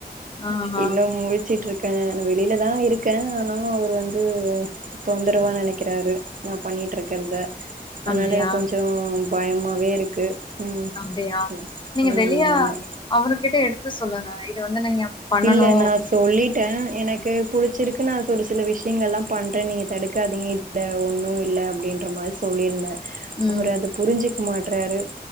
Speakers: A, on the left; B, on the right.
A: ஆஹா
B: இன்னு முழிச்சிட்டுருக்கே வெளியிலதா இருக்கேன் ஆனாலு அவர் வந் து தொந்தரவா நெனைக்கிறாரு நா பண்ணிட்டு இருக்கறத அனால
A: அப்டியா
B: எனக்கு கொஞ்சோ பயமாவே இருக்கு ம்
A: அப்டியா
B: ம்
A: நீங்க வெளியா
B: ஆமா ஆமா
A: அவரு கிட்ட எடுத்து சொல்லுங்க இது வந்து நீங்க பண்ணணு
B: இல்ல நா சொல்லிட்டே எனக்கு புடிச்சிருக்குன்னு அது ஒரு சில விஷ் ங்கல்லா பண்றேன் நீங்க தடுக்காதிங்க இல்ல ஒன்னு இல்ல அப்டின்ற மாரி சொல்லியிருந்தே
A: ம்
B: அவரு அத புரிஞ்சுக்க மாட்றாரு